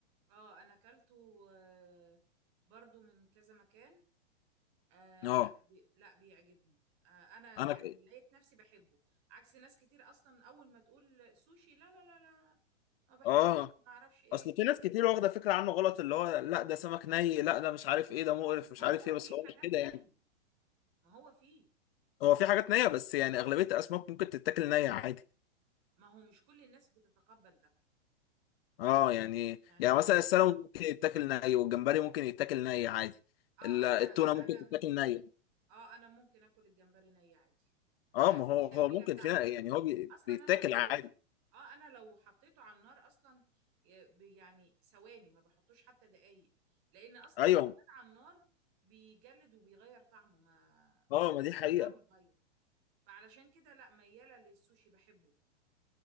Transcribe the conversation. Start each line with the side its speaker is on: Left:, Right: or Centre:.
Right: اه أنا أكلته آه، برضو من كذا مكان آه
Left: اه
Right: لا بي لا بيعجبني آه انا
Left: انا
Right: يعني
Left: ك...
Right: لقيت نفسي بحبه عكس ناس كتير اصلا اول ما تقول سوشي لا لا لا لا ما بحبوش
Left: اه
Right: ما اعرفش ايه
Left: اصل في ناس كتير واخده فكره عنه غلط اللي هو لا ده سمك ني لا ده مش عارف ايه ده مقرف مش
Right: ما
Left: عارف
Right: هو
Left: ايه
Right: فيه
Left: بس هو
Right: حاجات
Left: مش كده
Right: ني
Left: يعني
Right: ما هو فيه
Left: هو في حاجات نيه بس يعني اغلبيه الاسماك ممكن تتاكل نيه عادي
Right: ما هو مش كل الناس بتتقبل ده
Left: اه يعني
Right: يعني
Left: يعني
Right: هو
Left: مثلا السلمون ممكن يتاكل ني والجمبري ممكن يتاكل ني عادي
Right: اه
Left: ال- التونه
Right: انا
Left: ممكن
Right: انا
Left: تتاكل نيه
Right: اه انا ممكن اكل الجمبري ني عادي
Left: اه
Right: يعني
Left: ما هو
Right: بالتتبيله
Left: هو ممكن
Right: بتاعته
Left: فيها يعني
Right: وخلاص
Left: هو بي-
Right: اصلا
Left: بيتاكل
Right: انا لو
Left: عادي
Right: اه انا لو حطيته على النار اصلا ي- ب- يعني ثواني ما بحطوش حتى دقايق لان اصلا
Left: ايوه
Right: لو كان على النار بيجلد وبيغير طعمه ما
Left: اه
Right: تحس
Left: ما دي حقيقه
Right: ان طعمه اتغير فعلشان كده لا مياله للسوشي بحبه